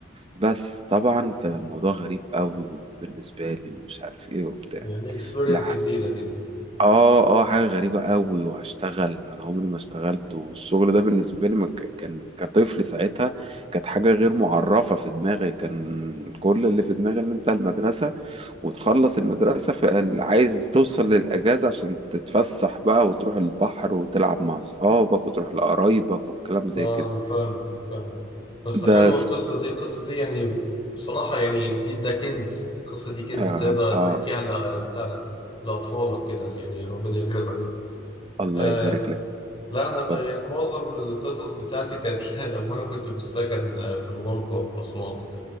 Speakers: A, on the right; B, on the left.
A: بس طبعا كان الموضوع غريب قوي بالنسبة لي ومش عارف ايه وبتاع
B: يعني اكسبيرينس
A: لا
B: جديدة كده
A: اه اه حاجة غريبة قوي وهشتغل انا عمري ما اشتغلت والشغل ده بالنسبة لي ما ك- كان كطفل ساعتها كانت حاجة غير معرفة في دماغي كان كل اللي في دماغي ان انت المدرسة وتخلص المدرسة فعايز توصل للأجازة عشان تتفسح بقى وتروح البحر وتلعب مع اصحابك وتروح لقرايبك والكلام زي
B: اه
A: كده
B: انا فاهمك فاهمك بس حلوة
A: بس
B: القصة دي القصة دي يعني بصراحة يعني دي ده كنز القصة دي كنز
A: آه
B: تقدر
A: آه
B: تحكيها ل- بتاع ده لأطفالك كده يعني ربنا يكرمك
A: الله
B: آه
A: يبارك لك
B: لا
A: اتفضل
B: انا يعني معظم القصص بتاعتي كانت <laughs> لما انا كنت في السكن آه، في الغربة في أسوان